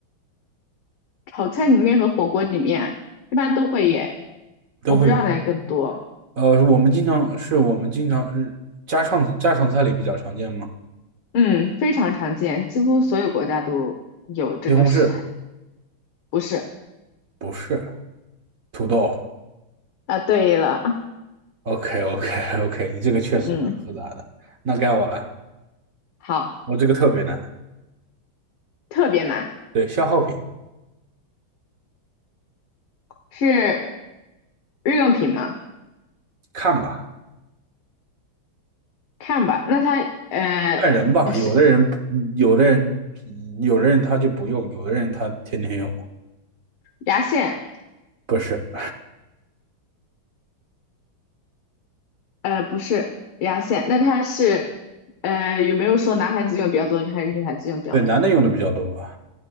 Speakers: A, on the left; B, on the right.
A: 炒菜里面和火锅里面一般都会耶，
B: 都会有。
A: 我不知道哪个更多。
B: 呃，我们经常是我们经常日家常家常菜里比较常见吗？
A: 嗯，非常常见，几乎所有国家都有这个食材。
B: 西红柿
A: 不是，
B: 不是，土豆。
A: 啊，对了，
B: OK OK OK，<laughs> 你这个确实蛮复杂的。
A: 嗯，
B: 那该我了，
A: 好，
B: 我这个特别难。
A: 特别难，
B: 对，消耗品，
A: 是。日用品吗？
B: 看吧。
A: 看吧。那它呃是
B: 看人吧，有的人，有的人，有的人他就不用，有的人他天天用，
A: 牙线，
B: 不是，
A: 呃不是牙线，那它是呃有没有说男孩子用的比较多，还是女孩子用的比较多？
B: 对，男的用的比较多吧？